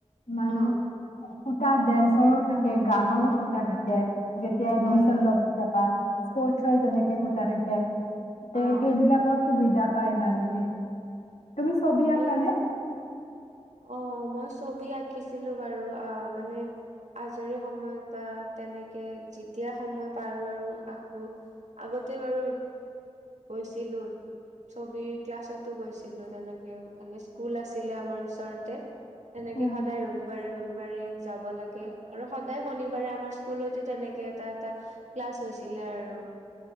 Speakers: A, on the left; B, on the right.
A: মানুহ
B: অ',
A: ক'টা ডেন্সৰো থাকে গানৰো ক'টা থাকে। যেতিয়া এডমিচন
B: হয়, হয়
A: ল'ব যাবা স্পৰ্টছত যেনেকে ক'টা থাকে। তে
B: অ',
A: সেইবিলাকৰ সুবিধা পাই মানুহে তুমি ছবি আঁকানে?
B: এই অ', মই ছবি আঁকিছিলো, বাৰু অ', মানে আজৰি সময়ত বা তেনেকে যেতিয়া সময় পাৰো আৰু আকো। আগতে বাৰু গৈছিলোঁ। ছবিৰ ক্লাছতো গৈছিলো তেনেকে মানে স্কুল আছিলে আমাৰ ওচৰতে। তেনেকে
A: উম,
B: সদায় ৰবিবাৰে ৰবিবাৰে যাব লাগে, আৰু সদায় শনিবাৰে আমাৰ স্কুলতো তেনেকে এটা এটা ক্লাছ হৈছিলে আৰু।